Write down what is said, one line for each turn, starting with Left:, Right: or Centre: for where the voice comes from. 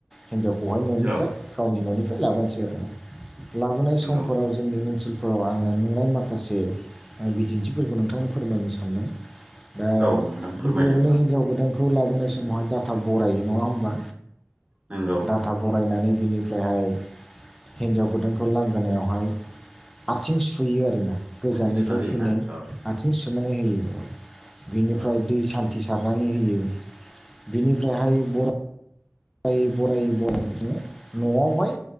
Centre: हिनजावखौहाय न'निफ्राय
Right: औ
Centre: गावनि न'निफ्राय बेयो लाबानोसै लाबोनाय
Right: नंगौ
Centre: समफोराव जोंनि ओनसोल फोराव आङो नुनाय माखासे बिदिन्थिफोरखौ नोंथांनो फोरमायनो सानदों। आ दा
Right: औ नोंथां फोरमायदो
Centre: गिबियावनो
Right: नामा
Centre: हिनजाव गोदान खौ लाबोनाय समावहाय डाटा बरायो नङा होमबा
Right: नोंगौ
Centre: डाटा बरायनानै बिनिफ्रायहाय हिन्जाव गोदानखौ लांगोनायावहाय आथिं सुयो आरोना। गोजाननिफ्राय
Right: आथिं सुना होयोना
Centre: फैनाय
Right: औ
Centre: आथिं सुनानै होयो बेनिफ्राय
Right: औ
Centre: दै सान थि सारनानै होयो बिनिफ्रायहाय बरा बरायै बरायै बरायै जोङो न'आवहाय